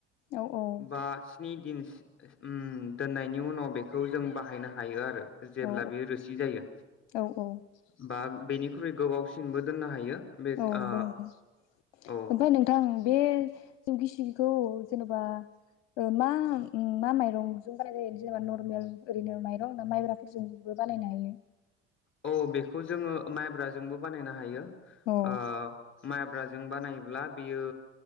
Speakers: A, on the left (about 65°); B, on the left (about 35°).
A: औ औ
B: बा स्नि दिनस ओम दोननायनि उनाव बेखौ जों बाहायनो हायो आरो जेब्ला
A: औ
B: बियो रोसि जायो
A: औ औ
B: बा बेनि ख्रै गोबावसिनबो दोननो हायो बे
A: औ
B: ओ
A: नंगौ नोंथां
B: औ
A: ओमफाय नोंथां बे जों गिसिखौ जेनेबा ओ मा मा माइरंजों बानायनाय जायो जेनेबा नरमेल ओरैनो माइरं ना माइब्राफोरजोंबो बानायनो हायो
B: औ बेखौ जोंङो माइब्राजोंबो बानायनो हायो
A: औ
B: ओ माइब्राजों बानायोब्ला बेयो